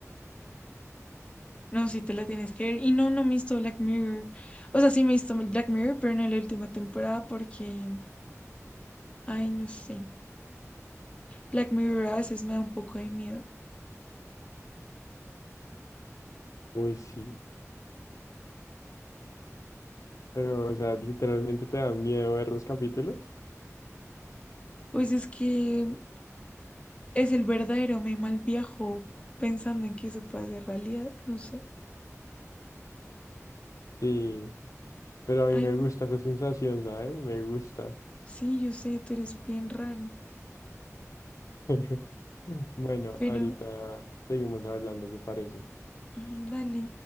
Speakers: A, on the left; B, on the left.
A: No, si te la tienes que ver. Y no, no me he visto Black Mirror. O sea, sí me he visto Black Mirror, pero no la última temporada porque, ay, no sé. Black Mirror a veces me da un poco de miedo.
B: Uy, sí. Pero, o sea, literalmente te da miedo ver los capítulos.
A: Pues es que es el verdadero me mal viajo pensando en que eso puede ser realidad, no sé.
B: Y, pero a
A: Ay,
B: mí me gusta esa sensación, ¿sabes? Me gusta.
A: sí, yo sé, tú eres bien raro,
B: <laughs> Bueno,
A: pero
B: ahorita seguimos hablando, ¿te parece?
A: mm, dale.